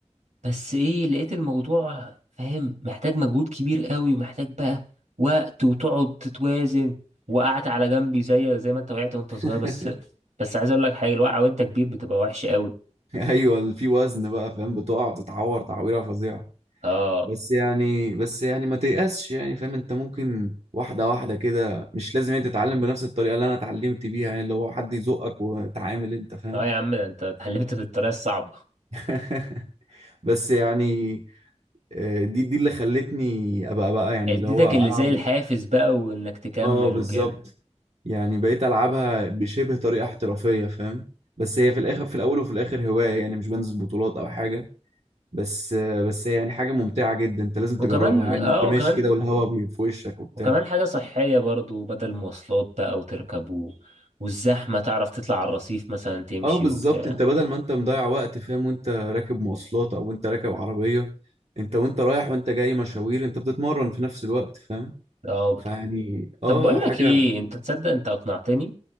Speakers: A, on the right; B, on the right.
A: بس ايه لقيت الموضوع فاهم محتاج مجهود كبير قوي ومحتاج بقى وقت وتقعد تتوازن وقعت على جنبي زي زي ما انت وقعت وانت
B: <laughs>
A: صغير بس بس عايز اقول لك حاجه الوقعه وانت كبير بتبقى وحشه قوي
B: ايوه في وزن بقى فاهم بتقع تتعور تعويرة فظيعة
A: اه
B: بس يعني بس يعني ما تيأسش يعني فاهم انت ممكن واحدة واحدة كده مش لازم انت تتعلم بنفس الطريقة اللي انا اتعلمت بيها يعني اللي هو حد يزقك وتعامل انت فاهم
A: اه يا عم ده انت اتعلمت في الطريقه الصعبه
B: <laughs> بس يعني آه، دي دي اللي خلتني ابقى بقى يعني
A: اديتك
B: اللي هو
A: اللي
B: العب
A: زي الحافز بقى وانك تكمل
B: اه بالظبط
A: وكده
B: يعني بقيت العبها بشبه طريقة احترافية فاهم بس هي في الاخر في الاول وفي الاخر هواية يعني مش بنزل بطولات او حاجة بس آه، بس هي يعني حاجة ممتعة جدا انت لازم تجربها
A: وكمان
B: يعني
A: اه
B: انت ماشي
A: وكمان
B: كده والهوا بي- في وشك وبتاع
A: وكمان حاجه صحيه برضو بدل مواصلات بقى وتركب و... والزحمه تعرف تطلع على الرصيف مثلا تمشي
B: اه بالظبط
A: وبتاع
B: انت بدل ما انت مضيع وقت فاهم وانت راكب مواصلات او انت راكب عربية انت وانت رايح وانت جاي مشاوير انت بتتمرن في نفس الوقت فاهم
A: اه
B: فيعني اه
A: طب بقول
B: حاجة
A: لك ايه انت تصدق انت اقنعتني